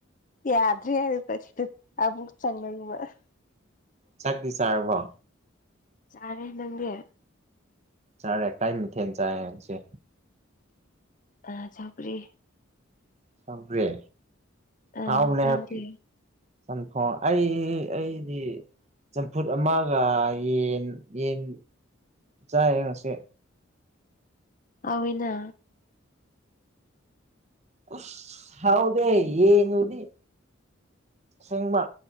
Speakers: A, on the left; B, on the right.
A: ꯌꯥꯗ꯭ꯔ ꯍꯥꯏꯒꯥ ꯑꯁꯤꯗ ꯑꯃꯨꯛ ꯆꯪꯈ꯭ꯔꯤ ꯃꫭꯏ
B: ꯆꯥꯛꯇꯤ ꯆꯥꯔꯕꯣ
A: ꯆꯥꯔꯦ ꯅꯪꯗꯤ
B: ꯆꯥꯔꯦ ꯀꯩ ꯃꯥꯊꯦꯟ ꯆꯥꯏ ꯉꯥꯁꯤ
A: ꯑꯥ ꯁꯥꯎꯒ꯭ꯔꯤ
B: ꯁꯥꯎꯒ꯭ꯔꯤ
A: ꯑ
B: ꯍꯥꯎꯕꯅꯦ
A: ꯅꯪꯗꯤ
B: ꯆꯝꯊꯣꯡ ꯑꯩ ꯑꯩꯗꯤ ꯆꯝꯐꯨꯠ ꯑꯃꯒ ꯌꯦꯟ ꯌꯦꯟ ꯆꯥꯏꯌꯦ ꯉꯁꯤ
A: ꯍꯥꯎꯏꯅ
B: ꯎꯁ ꯍꯥꯎꯗꯦ ꯌꯦꯟꯒꯥ ꯎꯇꯤ ꯑꯁꯦꯡꯕ